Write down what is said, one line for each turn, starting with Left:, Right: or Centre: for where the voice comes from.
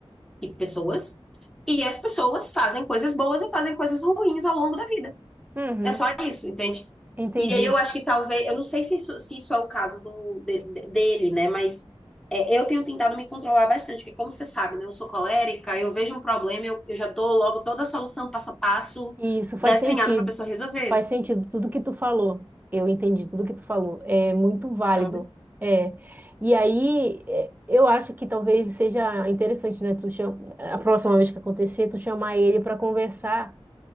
Centre: e pessoas, e as pessoas fazem coisas boas e fazem coisas ruins ao longo da vida.
Right: Uhum,
Centre: É só isso, entende?
Right: entendi.
Centre: E aí eu acho que talvez, eu não sei se isso, se isso é o caso do, de- de- dele, né? Mas é, eu tenho tentado me controlar bastante, porque como você sabe, né? Eu sou colérica, eu vejo um problema, eu, eu já dou logo toda a solução passo a passo
Right: Isso faz
Centre: desenhada
Right: sentido.
Centre: para a pessoa resolver,
Right: Faz sentido tudo que tu falou. Eu entendi tudo que tu falou. É muito válido.
Centre: sabe?
Right: É. E aí, é, eu acho que talvez seja interessante, né? Tu cham... A próxima vez que acontecer, tu chamar ele para conversar.